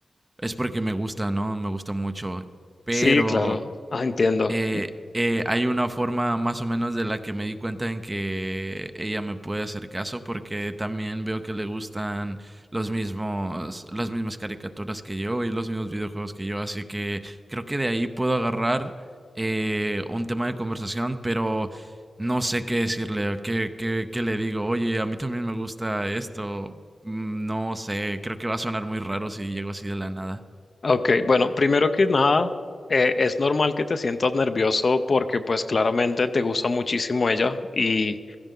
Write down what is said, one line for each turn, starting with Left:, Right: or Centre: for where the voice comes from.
Right: es porque me gusta, ¿no? Me gusta mucho. Pero
Left: Sí, claro. Ah, entiendo.
Right: eh, eh, hay una forma más o menos de la que me di cuenta en que ella me puede hacer caso porque también veo que le gustan los mismos, las mismas caricaturas que yo y los mismos videojuegos que yo. Así que creo que de ahí puedo agarrar eh, un tema de conversación, pero no sé qué decirle, o qué, qué, qué le digo. Oye, a mí también me gusta esto. Mm, No sé, creo que va a sonar muy raro si llego así de la nada.
Left: Ok, bueno, primero que nada, eh, es normal que te sientas nervioso porque pues claramente te gusta muchísimo ella y,